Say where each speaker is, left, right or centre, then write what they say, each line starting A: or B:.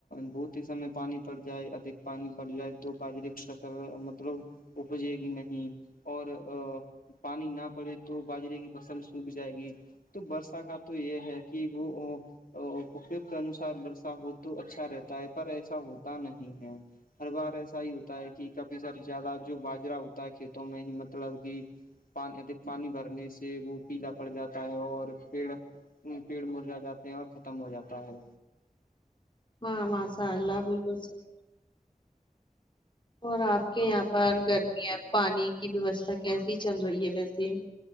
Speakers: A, on the left; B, on the left.
A: بہت ہی سمے پانی پڑ جائے ادھک پانی پڑ جائے تو باجرے کی فصل مطلب اجے گی نہیں اور پانی نہ پڑے تو باجرے کی فصل سوکھ جائے گی تو برسا کا تو یہ ہے کہ وہ اپوگ کے انوسار برسا ہو تو اچھا رہتا ہے پر ایسا ہوتا نہیں ہے ہر بار ایسا ہی ہوتا ہے کہ کبھی س زیادہ جو باجرا ہوتا ہے کھیتوں میں ہی مطلب کہ پ اھک پانی بھرنے سے وہ پیلا پڑ جاتا ہے اور پیڑ پیڑ مرجا جاتے ہیں اور ختم ہو جاتا ہے
B: ہاں ااء اللہ بالکلح اور آپ کے یہاں پر گرمی پانی کی ویوستھا کیسی چل رہی ہے ویسے